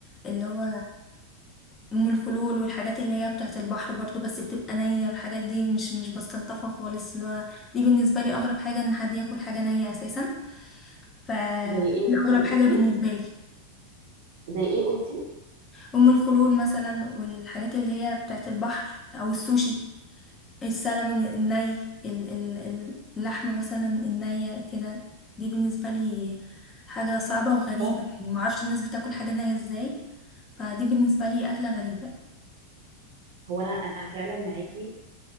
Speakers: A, on the left; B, on the right.
A: اللي هو ام الخلول والحاجات اللي هي بتاعت البحر برضو بس بتبقى نية والحاجات دي مش مش بستلطفها خالص اللي هو دي بالنسبة لي اغرب حاجة ان حد ياكل حاجة نية اساسا ف
B: زي ايه
A: دي
B: مثلا
A: اغرب
B: قلتي
A: حاجة بالنسبة لي
B: زي ايه قلتي
A: ام الخلول مثلا والحاجات اللي هي بتاعت البحر او السوشي السلمون الني ال- ال- ال- اللحمة مثلا النية كده دي بالنسبة لي حاجة صعبة وغريبة
B: اه
A: يعني معرفش الناس بتاكل حاجة نية ازاي فدي بالنسبة لي أكلة غريبة
B: هو انا انا فعلا معاكي